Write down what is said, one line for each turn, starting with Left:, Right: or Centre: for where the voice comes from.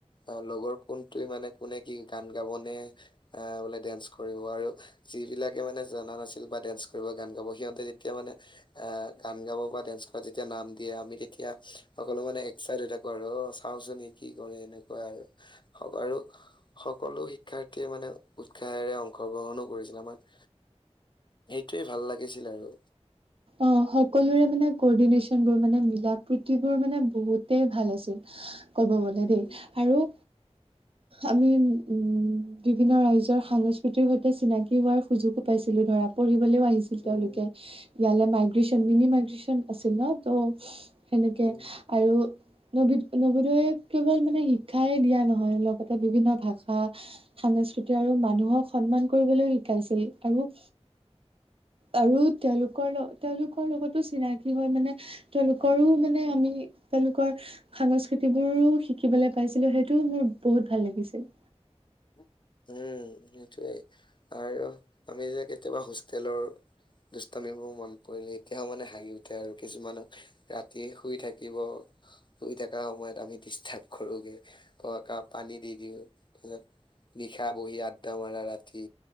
Left: অ লগৰ কোনটোৱে মানে কোনে কি গান গাবনে আহ বোলে ডেন্স কৰিব আৰু যিবিলাকে মানে জনা নাছিল বা ডেন্স কৰিব গান গাব সিহঁতে যেতিয়া মানে আহ গান গাব বা ডেন্স কৰা যেতিয়া নাম দিয়ে আমি তেতিয়া সকলো মানে চাইড হৈ থাকো আৰু অ চাওচোন সি কি কৰে এনেকুৱা আৰু হব আৰু সকলো শিক্ষাৰ্থীয়ে মানে উৎসাহেৰে অংশগ্ৰহণো কৰিছিল আমাৰ সেইটোৱেই ভাল লাগিছিল আৰু
Right: অ সকলোৰে মানে কৰ্ডিনেশচন বোৰ মানে মিলা প্ৰীতিবোৰ মানে বহুতেই ভাল আছিল ক'ব গলে
Left: উম
Right: দেই আৰু
Left: <inaudible>
Right: আমি উম বিভিন্ন ৰাইজৰ সাংস্কৃতিৰ সৈতে চিনাকি হোৱাৰ সুযোগো পাইছিলো ধৰা পঢ়িবলৈও আহিছিল
Left: উম
Right: তেওঁলোকে ইয়ালৈ মাইগ্ৰেচন মিনি মাইগ্ৰ্যন আছিল ন ত' সেনেকে
Left: উম
Right: আৰু নবি নৱোদয়ে কেৱল মানে শিক্ষাই দিয়া নহয় লগতে বিভিন্ন ভাষা সাংস্কৃতি আৰু মানুহক সন্মান কৰিবলৈ শিকাইছিল আৰু আৰু তেওঁলোক তেওঁলোকৰ তেওঁলোকৰ লগতো চিনাকি হয় মানে তেওঁলোকৰো মানে আমি তেওঁলোকৰ সাংস্কৃতি বোৰো শিকিবলৈ পাইছিলো সেইটো মোৰ বহুত ভাল লাগিছিল
Left: উম সেইটোৱেই আৰু আমি যে কেতিয়াবা হোষ্টেলৰ দুষ্টামিবোৰ মনত পৰিলে এতিয়াও মানে হাঁহি উঠে আৰু কিছুমানত ৰাতি শুই থাকিব শুই থকা সময়ত আমি ডিষ্টাৰ্ব কৰোগে ক কা পানী দি দিওঁ তাৰ পিছত নিশা বহি আদ্ডা মাৰা ৰাতি